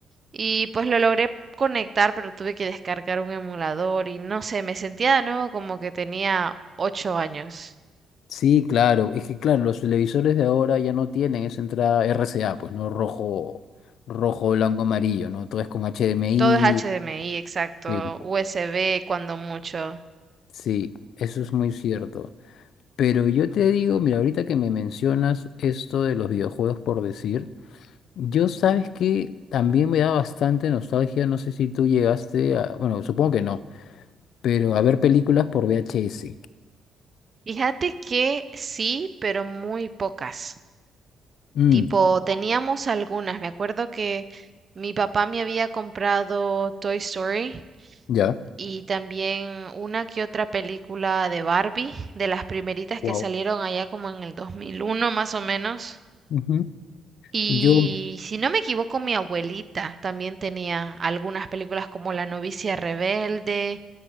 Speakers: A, on the right (about 40°); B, on the left (about 70°).
A: Y pues lo logré conectar, pero tuve que descargar un emulador y no sé, me sentía de nuevo como que tenía ocho años.
B: Sí, claro. Es que claro, los televisores de ahora ya no tienen esa entrada RCA, pues, ¿no? Rojo, rojo, blanco, amarillo, ¿no? Todo es con HDMI.
A: Todo es HDMI, exacto,
B: Sí,
A: USB cuando mucho.
B: sí, eso es muy cierto. Pero yo te digo, mira, ahorita que me mencionas esto de los videojuegos por decir, yo sabes que también me da bastante nostalgia, no sé si tú llegaste a, bueno, supongo que no, pero a ver películas por VHS.
A: Fíjate que sí, pero muy pocas.
B: Mm,
A: Tipo, teníamos algunas. Me acuerdo que mi papá me había comprado Toy Story
B: ya.
A: y también una que otra película de Barbie, de las primeritas
B: Wow.
A: que salieron allá como en el 2001 más o menos.
B: Ujú.
A: Y
B: Yo,
A: si no me equivoco, mi abuelita también tenía algunas películas como La novicia rebelde